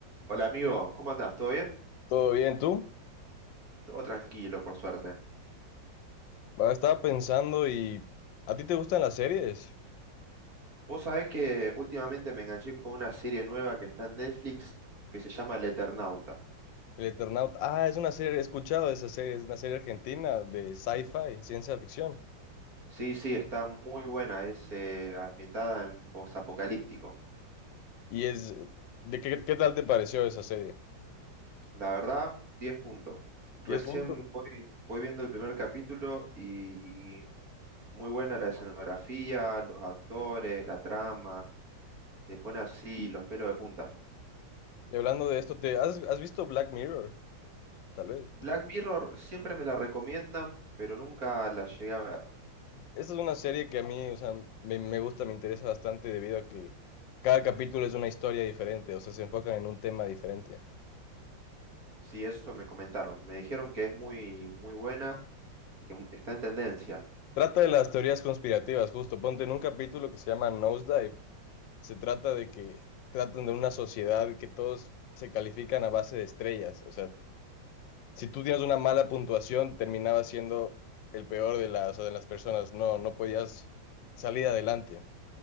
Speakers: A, on the right (about 50°); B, on the left (about 80°).
A: Hola amigo, ¿cómo andás? ¿Todo bien?
B: ¿Todo bien tú?
A: Todo tranquilo, por suerte.
B: Ah, Estaba pensando y ¿a ti te gustan las series?
A: Vos sabés que últimamente me enganché con una serie nueva que está en Netflix que se llama El Eternauta.
B: El Eternauta. Ah, es una serie, he escuchado de esa serie, es una serie argentina de sci-fi, ciencia ficción.
A: Sí, sí, está muy buena, es eh, ambientada en posapocalíptico.
B: Y es, ¿de qué, qué tal te pareció esa serie?
A: La verdad, 10 puntos. Recién
B: 10 puntos.
A: voy, voy viendo el primer capítulo y muy buena la escenografía, los actores, la trama, te pone así los pelos de punta.
B: Y hablando de esto, ¿te has, has visto Black Mirror? Tal vez.
A: Black Mirror siempre me la recomiendan, pero nunca la llegué a ver.
B: Esta es una serie que a mí, o sea, me, me gusta, me interesa bastante debido a que cada capítulo es una historia diferente, o sea, se enfocan en un tema diferente.
A: Sí, eso me comentaron. Me dijeron que es muy, muy buena y que mu- está en tendencia.
B: Trata de las teorías conspirativas, justo. Ponte en un capítulo que se llama Nosedive. Se trata de que tratan de una sociedad que todos se califican a base de estrellas. O sea, si tú tienes una mala puntuación, terminabas siendo el peor de las, o sea, de las personas. No, no podías salir adelante.